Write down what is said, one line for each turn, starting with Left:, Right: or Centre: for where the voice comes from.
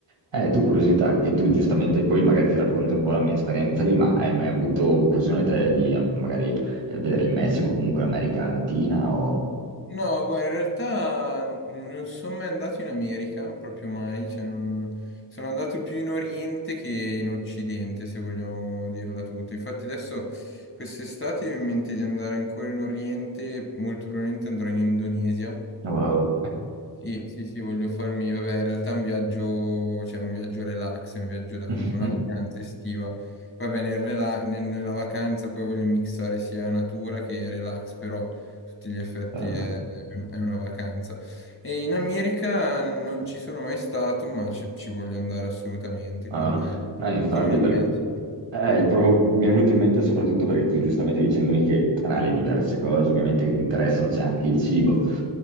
Right: eh, tu curiosità, che tu giustamente poi magari ti racconti un po' la mia esperienza lì, ma hai mai avuto occasione te di eh, magari eh, vedere il Messico, comunque l'America Latina o...
Left: No, guarda, in realtà n- non sono mai andato in America, proprio mai, cioè, non- sono andato più in Oriente che in Occidente, se vogliamo dirla tutta. Infatti adesso quest'estate io ho in mente di andare ancora in Oriente, molto probabilmente andrò in Indonesia,
Right: Wow.
Left: sì, sì, sì, voglio farmi, vabbè, in realtà è un viaggio, cioè un viaggio relax, è un viaggio da
Right: <laughs>
Left: una vacanza estiva. Va bene, il rela- nel- nella vacanza poi voglio mixare sia natura che relax, però a tutti gli effetti
Right: Certo.
Left: è, è un- è una vacanza. E in America non ci sono mai stato, ma ci, ci voglio andare assolutamente,
Right: Ah,
Left: quindi
Right: no, no, No, infatti
Left: come al
Right: perché...
Left: Messico.
Right: Eh, proprio- mi è venuto in mente soprattutto perché tu giustamente dicendomi che tra le diverse cose ovviamente che ti interessano c'è anche il cibo.